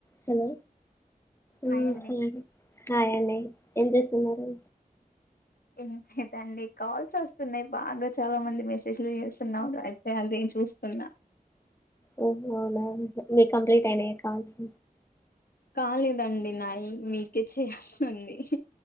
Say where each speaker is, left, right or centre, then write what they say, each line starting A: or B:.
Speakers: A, on the left; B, on the left.
A: Hello
B: hi
A: ఆహ్
B: అండి
A: hi అండి ఏం చేస్తున్నారూ
B: ఎమిటి లేదండీ కాల్స్ వస్తున్నాయి బాగా చాలా మంది మెసేజ్లు చేస్తున్నారు అయితే అదే చూస్తున్నా
A: ఓ బొనాంజా మీవి కంప్లీట్ అయినా కాల్స్
B: కాలేదండి నాయి మీకే చేయాల్సి ఉంది